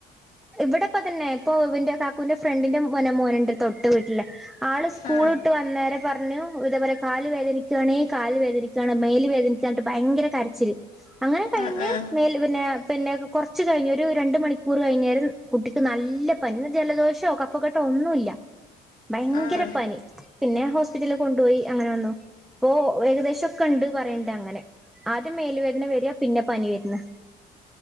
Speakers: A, in the centre; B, on the left (about 50°).
A: ഇവിടെപ്പ തന്നെ ഇപ്പൊ ഇന്റെ കാക്കുവിന്റെ ഫ്രണ്ടിന്റെ മനെ മോനണ്ട. തൊട്ട് വീട്ടിലേ ആളെ സ്കൂൾട്ട്
B: ആ
A: വന്നേരം പറഞ്ഞു ഇതവരെ കാൽ.. മുട്ട് വേദനികാണ് കാല് വേദനിക്കയാണ് മേൽ വേദനിച്ചട്ട് ഭയങ്കര കരച്ചില് അങ്ങനെ കഴിഞ്ഞ്
B: ആ ആ
A: മേല് പിന്നെ പിന്നെ. കുറച്ച് കഴിഞ്ഞ് ഒരു രണ്ട് മണിക്കൂർ കഴിഞ്ഞേരം കുട്ടിക്ക് നല്ല പനി ജലദോഷോ കഫക്കെട്ടോഒന്നുയില്ല.. ഭയങ്കര
B: ആ
A: പനി പിന്നെ ഹോസ്പിറ്റലിൽ. കൊണ്ടോയി അങ്ങനെ വന്നു. ഇപ്പൊ ഏകദേശംക്കെണ്ട് പറയണ്ട് അങ്ങനെ ആദ്യം മേലുവേദന വരിക പിന്നെ പനി വെരുന്ന്‌..